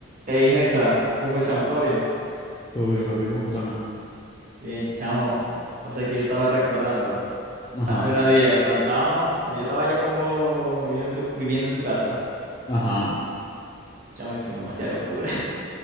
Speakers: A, on the right (about 40°); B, on the left (about 20°).
A: Hey, Hexa, ¿qué fue, chamo? ¿Todo bien?
B: Todo bien, papi, vos contame.
A: Bien, chamo. O sea que yo estaba recordando
B: Ajá,
A: hace unos días cuando estábamos, cuando yo estaba allá con vos viviendo en tu, viviendo en tu casa.
B: ajá,
A: Chamo, hicimos demasiada locura.